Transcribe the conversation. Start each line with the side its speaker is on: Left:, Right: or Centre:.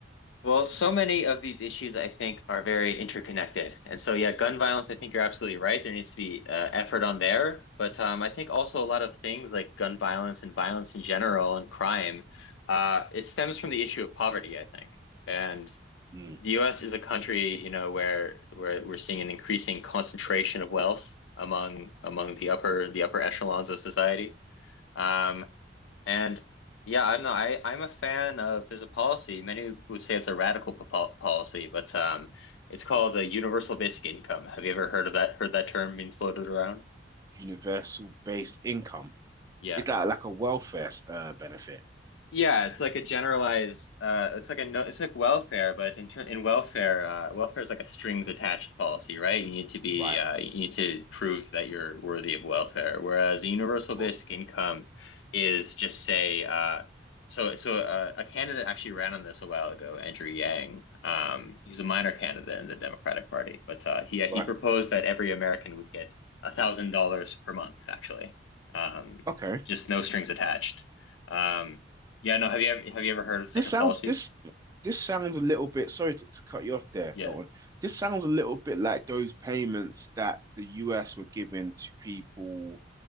Left: Well, so many of these issues, I think, are very interconnected. And so, yeah, gun violence, I think you're absolutely right. There needs to be uh, effort on there. But um, I think also a lot of things like gun violence and violence in general and crime, uh, it stems from the issue of poverty, I think. And
Right: Mm,
Left: the US is a country, you know, where where we're seeing an increasing concentration of wealth among among the upper the upper echelons of society. Um, and yeah, I'm not, I I'm a fan of there's a policy. Many would say it's a radical po policy, but um, it's called a universal basic income. Have you ever heard of that? Heard that term being floated around?
Right: universal based income.
Left: Yeah.
Right: Is that like a welfare uh, benefit?
Left: Yeah, it's like a generalized, uh, it's like a no, it's like welfare, but in ter in welfare, uh, welfare is like a strings attached policy, right? You need to be,
Right: Right,
Left: uh,
Right: of
Left: you need to prove that you're worthy of welfare. Whereas a universal
Right: course.
Left: basic income is just say, uh, so so uh, a candidate actually ran on this a while ago, Andrew Yang. Um, he's a minor candidate in the Democratic Party, but uh, he
Right: Right.
Left: he proposed that every American would get a thousand dollars per month, actually, um,
Right: Okay.
Left: just no strings attached. Um, yeah, no, have you ever, have you ever heard of such
Right: This
Left: a
Right: sounds
Left: policy?
Right: this this sounds a little bit, sorry to, to cut you off there,
Left: Yeah.
Right: Dalton. This sounds a little bit like those payments that the US were giving to people